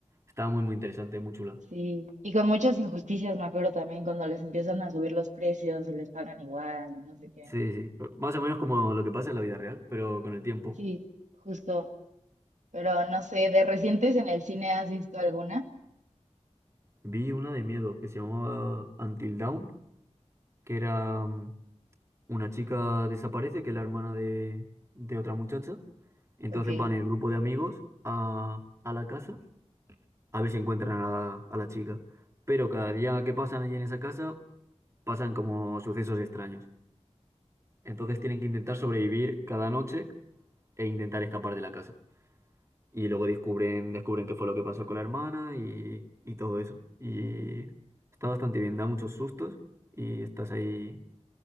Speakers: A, on the right; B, on the right.
A: está muy, muy interesante, muy chula.
B: Sí. Y con muchas injusticias, me acuerdo también, cuando les empiezan a subir los precios y les pagan igual y no sé qué.
A: Sí, sí, más o menos como lo que pasa en la vida real, pero con el tiempo.
B: Sí, justo. Pero no sé, ¿de recientes en el cine has visto alguna?
A: Vi una de miedo que se llamaba Until Dawn, que era mm, una chica desaparece, que es la hermana de, de otra muchacha. Entonces
B: Ok.
A: van el grupo de amigos a, a la casa a ver si encuentran a la, a la chica. Pero cada día que pasan allí en esa casa pasan como sucesos extraños. Entonces tienen que intentar sobrevivir cada noche e intentar escapar de la casa. Y luego descubren, descubren qué fue lo que pasó con la hermana y, y todo eso. Y está bastante bien, da muchos sustos y estás ahí